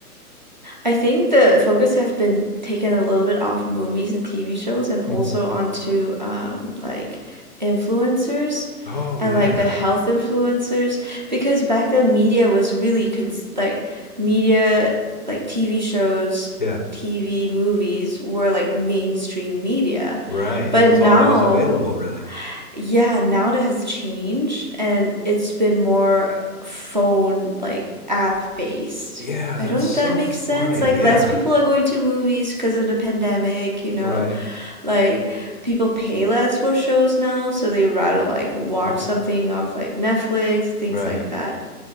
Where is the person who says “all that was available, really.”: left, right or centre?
Left